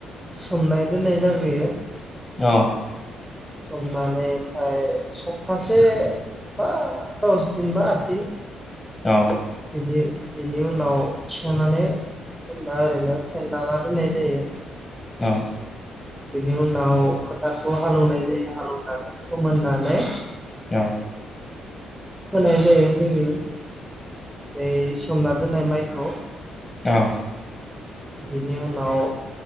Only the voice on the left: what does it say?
अ
अ
औ
अ
औ